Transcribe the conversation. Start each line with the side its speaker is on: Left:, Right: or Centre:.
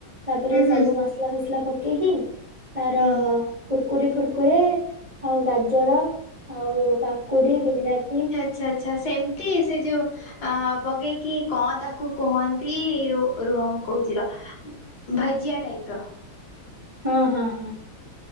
Right: ତାପରେ
Left: ହୁଁ ହୁଁ
Right: ସବୁ ମସଲା ଫସଲା ପ କେହି ତାର
Left: ହୁଁ
Right: କୁ କୁର୍କୁରି ଫୁର୍କୁରେ ଆଉ ଗାଜର ଆଉ କାକୁଡି ବିଲାତି
Left: ଆଛା ଆଛା ସେମତି ସେ ଯୋଉ ପକେଇକି କଣ ତାକୁ କୁହନ୍ତି ରୁହ କହୁଛିର ଭଜିଆ ଟାଇପ ର
Right: ହଁ ହଁ ହଁ।